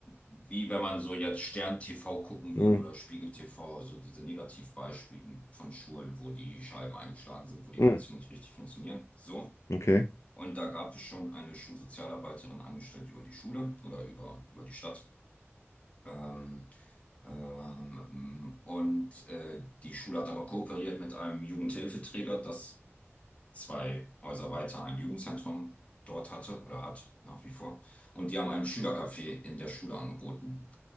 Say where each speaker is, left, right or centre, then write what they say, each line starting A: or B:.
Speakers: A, on the left; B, on the left.
A: wie wenn man so jetzt Stern TV gucken
B: Mhm.
A: würde oder Spiegel TV, so diese Negativbeispiele von Schulen, wo die Scheiben eingeschlagen sind, wo die
B: Mhm.
A: Heizung nicht richtig funktioniert. So.
B: Okay.
A: Und da gab es schon eine Schulsozialarbeiterin angestellt über die Schule oder über, über die Stadt. Ähm, ähm, und äh, die Schule hat aber kooperiert mit einem Jugendhilfeträger, dass zwei Häuser weiter ein Jugendzentrum dort hatte oder hat nach wie vor. Und die haben ein Schülercafé in der Schule angeboten.